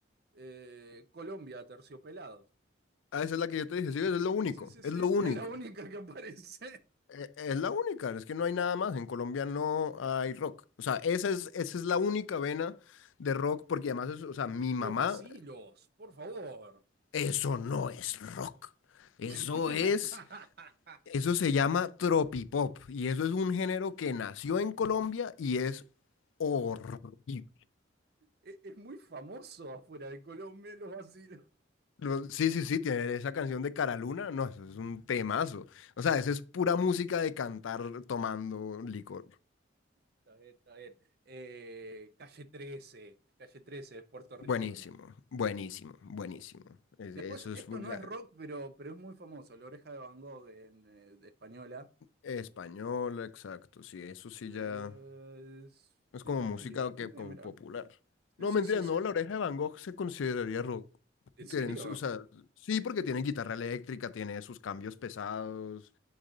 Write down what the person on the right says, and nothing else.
eh, Colombia, Terciopelados.
Sí, sí, sí,
es la única que aparece.
Los asilos, por favor.
<laughs>
Es, es muy famoso afuera de Colombia los asilos.
Está bien, está bien. Eh, calle trece, calle trece, es puertorriqueña.
Después,
esto
no
es rock, pero, pero es muy famoso. La oreja de Van Gogh en, eh, de española.
Eh,
sui
generis,
Argentina,
mira.
Sí,
sí,
sí,
sí.
¿En serio?